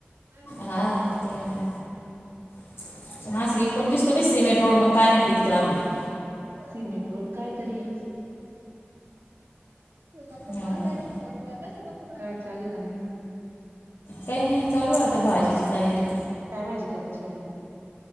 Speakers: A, on the right; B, on the left.
A: <unintelligible>
B: हा ते आहे
A: हम्.
B: <unintelligible>
A: सिमेंट रोड काय तरी अस गप्पा
B: तो हा
A: मारू राहिले
B: का
A: फोनवर कशा गप्पा <unintelligible> काय चालय काय नई
B: काही नाही चालू आहे आता भाजीची तयारी.
A: काय भाजी करायची <unintelligible>